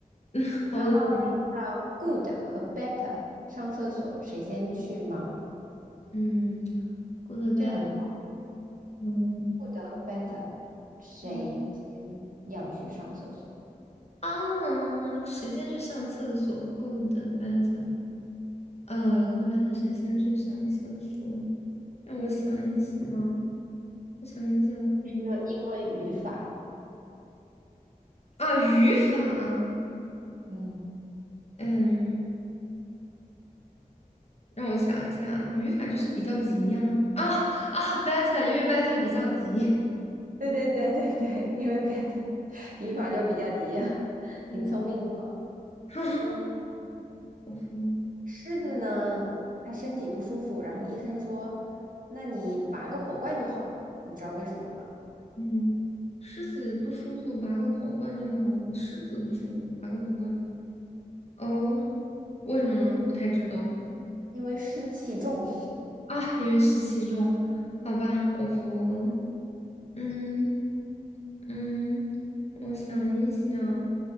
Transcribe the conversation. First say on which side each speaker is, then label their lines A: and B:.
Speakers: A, on the left; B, on the right.
A: 好冷。
B: 然后你知道 good 和 better 上厕所谁先去吗？
A: 嗯，go o d bed。
B: 这个很
A: 嗯
B: good 和 better 谁先要去上厕所？
A: 嗯啊，时间去上厕所。go o d bed。呃，古德白塔神先去上厕所，让我想一想，我想一想，我怎么
B: 这个英文语法。
A: 啊，语法，
B: 嗯，
A: 嗯，让我想一下啊，语法就是比较急呀、啊，啊啊，better，因为 better 比较急，
B: 对对对对对，因为 better <laughs> 语法就比较一样，挺聪明的哦
A: 嗯，<laughs>
B: 嗯。
A: 我服了，
B: 狮子呢，它身体不舒服，然后医生说，那你拔个火罐就好了。你知道为什么吗？
A: 嗯，狮子不舒服，拔个火罐就好了，狮子不舒服，拔个火罐，哦，为什么呢？不太知道
B: 因为湿气重。
A: 啊，因为湿气重，好吧，我服了，嗯。嗯，我想一想，